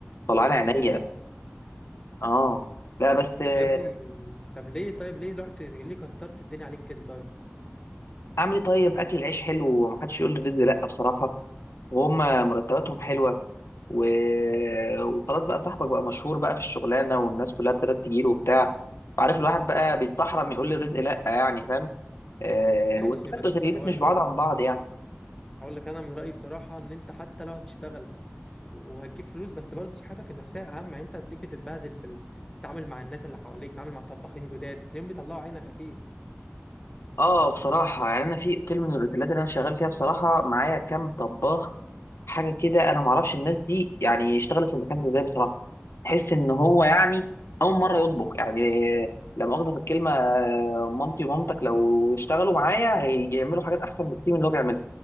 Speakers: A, on the left (about 80°); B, on the left (about 15°).
A: طلعان
B: اوف
A: عينيا
B: ايه ده
A: اه لا بس آه،
B: طب يا ابني طب ليه طيب ليه رحت ليه كترت الدنيا عليك كده طيب
A: اعمل ايه طيب اكل العيش حلو ومحدش يقول لي الرزق لا بصراحة وهم مرتباتهم حلوه و... وخلاص بقى صاحبك بقى مشهور بقى في الشغلانه والناس كلها ابتدت تجيله وبتاع عارف الواحد بقى بيستحرم يقول للرزق لا يعني فاهم آه
B: ماشي
A: والتلات
B: بس
A: اوتيلات
B: هقول
A: مش
B: لك
A: بعاد عن بعض يعني
B: هقول لك انا من رايي بصراحه ان انت حتى لو هتشتغل وهتجيب فلوس بس برضه صحتك النفسيه اهم يعني انت هتلاقيك بتتبهدل في ال... بتتعامل مع الناس اللي حواليك بتتعامل مع طباخين جداد تلاقيهم بيطلعوا عينك اكيد
A: اه بصراحة يعني أنا في أوتيل من الأوتيلات اللي أنا شغال فيها بصراحة معايا كام طباخ حاجة كده أنا معرفش الناس دي يعني اشتغلت في المكان ده إزاي بصراحة تحس إن هو يعني أول مرة يطبخ يعني لا مؤاخذة في الكلمة آه، مامتي ومامتك لو اشتغلوا معايا هيعملوا حاجات أحسن بكتير من اللي هو بيعملها